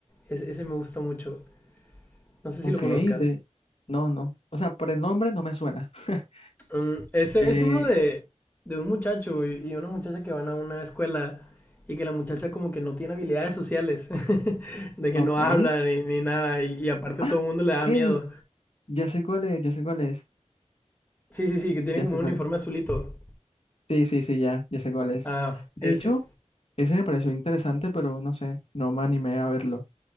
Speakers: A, on the left; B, on the left.
A: Ese, ese me gusta mucho. No sé
B: Ok,
A: si lo conozcas.
B: de... No, no. O sea, por el nombre no me suena. <laughs>
A: Mm, ese
B: Eh,
A: es uno de, de un muchacho y, y una muchacha que van a una escuela y que la muchacha como que no tiene habilidades sociales, <laughs> de que
B: ok.
A: no habla ni, ni nada y, y aparte
B: Ah,
A: todo el mundo le da
B: ok.
A: miedo.
B: Ya sé cuál es, ya sé cuál es.
A: Sí, sí, sí, que tiene
B: Ya
A: como
B: sé
A: un
B: cuál
A: uniforme
B: es.
A: azulito.
B: Sí, sí, sí, ya, ya sé cuál es.
A: Ah,
B: De
A: ese.
B: hecho, ese me pareció interesante, pero no sé, no me animé a verlo,